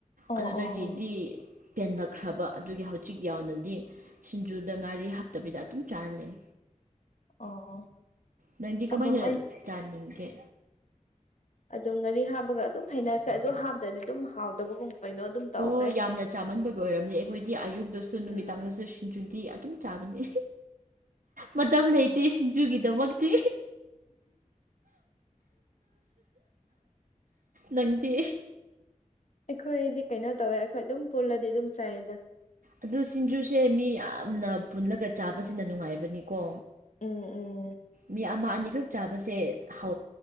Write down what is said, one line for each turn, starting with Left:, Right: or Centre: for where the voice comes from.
Left: ꯑꯣ
Right: ꯑꯗꯨꯗꯒꯤꯗꯤ
Left: ꯑꯣ ꯑꯣ
Right: ꯄꯦꯟꯂꯛꯈ꯭ꯔꯕ ꯑꯗꯨꯒꯤ ꯍꯧꯖꯤꯛ ꯌꯥꯎꯅꯗꯤ ꯁꯤꯡꯖꯨꯗ ꯉꯥꯔꯤ ꯍꯥꯞꯇꯕꯤꯗ ꯑꯗꯨꯝ ꯆꯥꯔ ꯂꯩ
Left: ꯑꯣ
Right: ꯅꯪꯗꯤ ꯀꯃꯥꯏꯅ
Left: ꯑꯗꯨꯝ
Right: ꯆꯥꯅꯤꯒꯦ
Left: ꯑ ꯉꯥꯔꯤ ꯍꯥꯞꯄꯒ ꯑꯗꯨꯝ ꯍꯩꯅꯈ꯭ꯔꯦ ꯑꯗꯣ ꯍꯥꯞꯗꯗꯤ ꯑꯗꯨꯝ ꯍꯥꯎꯗꯕꯒꯨꯝ ꯀꯩꯅꯣ ꯑꯗꯨꯝ ꯇꯧ꯭ꯔ
Right: ꯍꯣꯏ ꯌꯥꯝꯅ ꯆꯥꯃꯟꯕꯒꯤ ꯑꯣꯏꯔꯝꯅꯤ ꯑꯩꯈꯣꯏꯗꯤ ꯑꯌꯨꯛꯇꯁꯨ ꯅꯨꯃꯤꯗꯥꯡꯗꯁꯨ
Left: ꯎꯝ
Right: ꯁꯤꯡꯖꯨꯗꯤ ꯑꯗꯨꯝ ꯆꯥꯕꯅꯤ ꯃꯇꯝ ꯂꯩꯇꯦ ꯁꯤꯡꯖꯨꯒꯤ ꯗꯃꯛꯗꯤ ꯅꯪꯗꯤ
Left: ꯑꯩꯈꯣꯏꯗꯤ ꯀꯩꯅꯣ ꯇꯧꯋꯦ ꯑꯩꯈꯣꯏ ꯑꯗꯨꯝ ꯄꯨꯜꯂꯗꯤ ꯑꯗꯨꯝ ꯆꯥꯏꯗ
Right: ꯑꯗꯨ ꯁꯤꯡꯖꯨꯁꯦ ꯃꯤ ꯌꯥꯝꯅ ꯄꯨꯜꯂꯒ ꯆꯥꯕꯁꯤꯅ ꯅꯨꯡꯉꯥꯏꯕꯅꯤꯀꯣ
Left: ꯎꯝ ꯎꯝ
Right: ꯃꯤ ꯑꯃ ꯑꯅꯤꯈꯛ ꯆꯥꯕꯁꯦ ꯍ